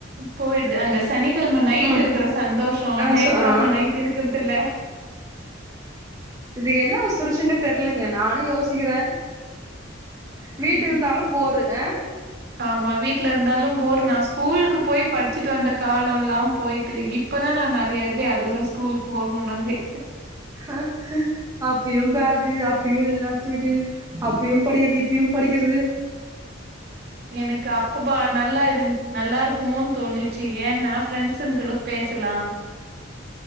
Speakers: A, on the right; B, on the right.
A: போயிடுது அந்த ஸ் சனிக்கிழம நைட்
B: ம்
A: இருக்கற சந்தோஷோ
B: அத
A: ஞாயித்துக்கிழம
B: சொ ஆ
A: நைட் இருக்கிறதில்ல
B: இது என்ன ஒஸ் புருசன்னு தெர்லங்க நானு யோசிக்றே வீட்ல
A: ம்.
B: இருந்தாலு போரு ஆ
A: ஆமா வீட்ல இருந்தாலு போரு நா ஸ்கூலுக்கு போய் படிச்சுட்டு வந்த காலொல்லா போயிட்டு இப்பதா நா நெறையாவே அழுவுரே ஸ்கூல் போணுனுனாலே
B: ஹ ஹ அப்பயு பேக்கு அப்பயு எல்லா தூக்கி அப்பயு படிக்கிறது இப்பயு படிக்கிறது
A: எனக்கு அப்பப்ப நல்லா இரு நல்லா இருக்குமோன்னு தோணிச்சு ஏனா ஃப்ரெண்ட்ஸுங்க கூட பேசலா